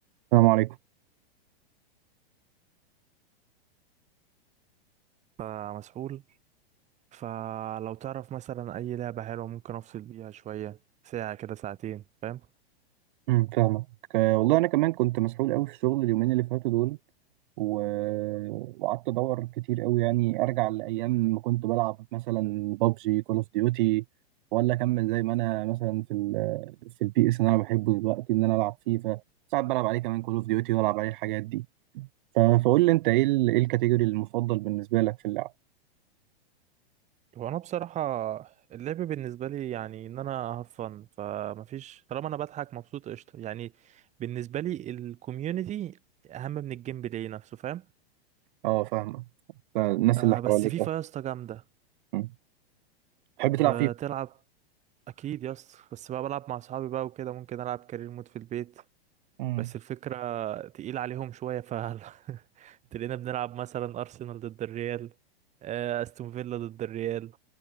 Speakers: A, on the right; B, on the right.
A: السلام عليكم
B: فمسحول فلو تعرف مثلا اي لعبة حلوة ممكن افصل بيها شوية ساعة كده ساعتين فاهم
A: أمم، فاهمك آه، والله انا كمان كنت مسحول قوي في الشغل اليومين اللي فاتوا دول و... وقعدت ادور كتير قوي يعني ارجع لايام ما كنت بلعب مثلا بابجي كول اوف ديوتي ولا اكمل زي ما انا مثلا في ال... في البي اس اللي انا بحبه دلوقتي ان انا العب فيفا ساعات بلعب عليه كمان كول اوف ديوتي والعب عليه الحاجات دي ف... فقول لي انت ايه ال... ايه الكاتيجوري المفضل بالنسبه لك في اللعب
B: هو انا بصراحة اللعب بالنسبة لي يعني ان انا هفن فمفيش طالما انا بضحك مبسوط قشطة يعني بالنسبة لي الكوميونتي اهم من الجيم بلاي نفسه فاهم
A: اه فاهمك الناس
B: آه
A: اللي
B: بس
A: حواليك
B: فيفا
A: اه
B: يا اسطى جامدة
A: أمم. تحب تلعب
B: بتلعب
A: فيفا
B: اكيد يا اسطى بس بقى بلعب مع اصحابي بقى وكده ممكن العب كارير مود في البيت
A: أمم.
B: بس الفكرة تقيل عليهم شوية ف <laughs> تلاقينا بنلعب مثلا أرسنال ضد الريال آه، أستون فيلا ضد الريال